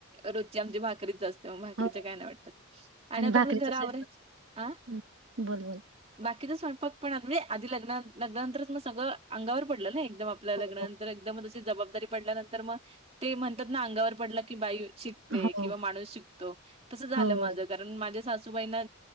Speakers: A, on the right (about 30°); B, on the right (about 60°).
A: रोजची आमची भाकरीच असते. मग भाकरीच्या
B: हो
A: काय नाही वाटत. आणि आता
B: भाकरीचा
A: आपलं घर
B: स्वयंपाक.
A: आवरायच आ?
B: हं. बोल, बोल.
A: बाकीचा स्वयंपाकपण अगदी, आधी लग्ना लग्नानंतरच मग सगळं, अंगावर पडलं ना एकदम. आपल्या लग्नानंतर
B: हो
A: एकदम मग अशी जबाबदारी पडल्यानंतर मग ते म्हणतात ना. अंगावर पडलं की, बाई शिकते.
B: हो
A: किंवा माणूस शिकतो. तसं झालं
B: हो.
A: माझं. कारण माझ्या सासूबाईना.